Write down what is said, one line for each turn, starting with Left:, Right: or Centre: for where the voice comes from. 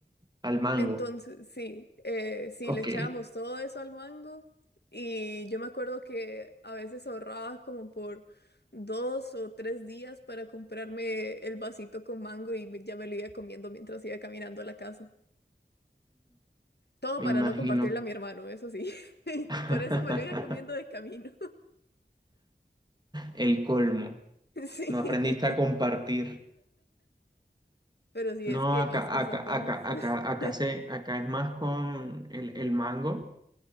Right: Al mango.
Left: Entonces, sí, eh, sí,
Right: Ok.
Left: le echábamos todo eso al mango y yo me acuerdo que a veces ahorraba como por dos o tres días para comprarme el vasito con mango y me- ya me lo iba comiendo mientras iba caminando a la casa. Todo
Right: me
Left: para
Right: imagino.
Left: no compartirle a mi hermano, eso sí. <laughs>
Right: <laughs>
Left: Por eso me lo iba comiendo de camino.
Right: El colmo.
Left: <laughs> Sí,
Right: No aprendiste a compartir.
Left: pero sí,
Right: No,
Left: es que
Right: acá,
Left: las cosas
Right: acá,
Left: buenas.
Right: acá,
Left: <laughs>
Right: acá, acá se, acá es más con el, el mango.